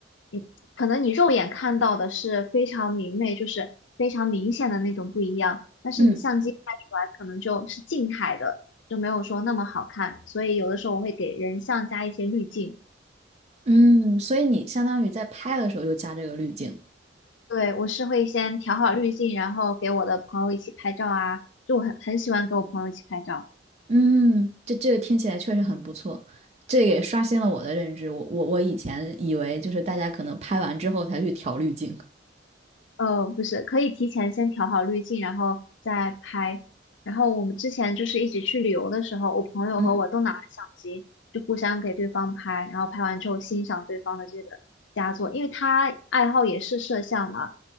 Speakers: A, on the left; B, on the right.
A: 你可能你肉眼看到的是非常明媚，就是非常明显的那种不一样，但是你相机拍出来可能就是静态的。
B: 嗯
A: 就没有说那么好看，所以有的时候我会给人像加一些滤镜。
B: 嗯，所以你相当于在拍的时候就加这个滤镜。
A: 对，我是会先调好滤镜，然后给我的朋友一起拍照啊，就我很很喜欢给我朋友一起拍照。
B: 嗯，这这个听起来确实很不错，这也刷新了我的认知。我我我以前以为就是大家可能拍完之后才去调滤镜。
A: 呃，不是，可以提前先调好滤镜，然后再拍。然后我们之前就是一起去旅游的时候，我朋友和我都拿了相机，
B: 嗯
A: 就互相给对方拍，然后拍完之后欣赏对方的这个佳作，因为他爱好也是摄像嘛，